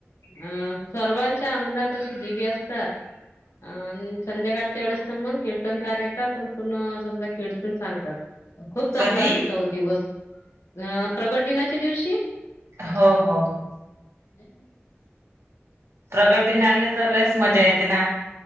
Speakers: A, on the left (about 85°); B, on the right (about 70°).
A: आ सर्वांच्या अंगणात अशी दिवे असतात अ संध्याकाळच्या वेळेस ना मग कीर्तनकार येतात अण पुन्हा समजा कीर्तन सांगतात खूप चांगला
B: कधी
A: वाटते त दिवस अ प्रगट दिनाच्या दिवशी
B: हो हो हो
A: <inaudible>
B: प्रकट दिनाले तर लयच मजा येतेना